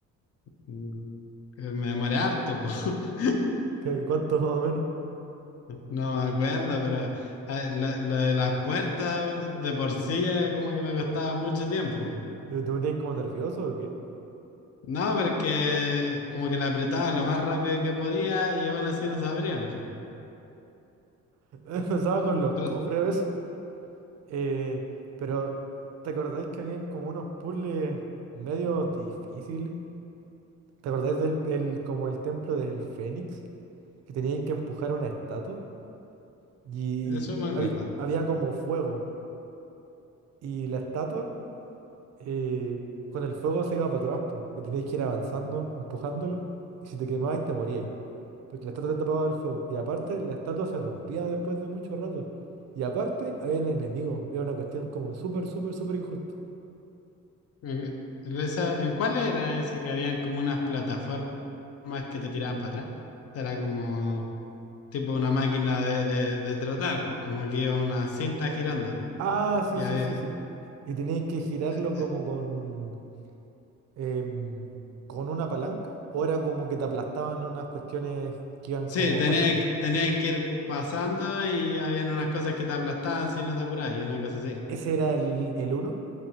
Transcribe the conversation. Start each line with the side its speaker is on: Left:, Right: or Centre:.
Left: Mm, que Me demoré harto, po. <laughs>
Right: ¿Qué- ¿Cuánto más o menos?
Left: No me acuerdo, pero eh, lo, lo de las puertas de por sí eh, como que me costaba mucho tiempo, po.
Right: Eh, ¿Te ponías como nervioso o qué?
Left: No, porque como que la apretaba lo más rápido que podía y aún así no se abrían, po.
Right: <laughs> Empezaba con los
Left: Pero
Right: cofres a veces. Eh, pero, ¿te acordáis que habían como unos puzzles medio difíciles? ¿Te acordáis del el- como el templo del Fénix? Que teníais que empujar una estatua. Y
Left: eso me acuerdo.
Right: había, había como fuego. Y la estatua eh, con el fuego se iba para atrás, po, y teníais que ir avanzando, empujándolo, y si te quemabais te moríais, porque la estatua te tapaba del fuego. Y aparte, la estatua se rompía después de mucho rato. Y aparte, había enemigos. Era una cuestión como súper, súper, súper injusta.
Left: Eh, esa- ¿en cuál era ese que habían como unas plataformas que te tiraban para atrás? Era como tipo una máquina de, de, de trotar, pues como que iba una cinta girando.
Right: Ah, sí,
Left: Y
Right: sí,
Left: ahí-
Right: sí, sí. Y teníais que girarlo
Left: eh,
Right: como
Left: eh,
Right: con... em, con una palanca, o era como que te aplastaban unas cuestiones que iban
Left: sí,
Right: como
Left: tenía,
Right: machacando.
Left: que- tenía que ir pasando y habían unas cosas que te aplastaban si no te apurabas y una cosa así.
Right: Ese era el, el uno,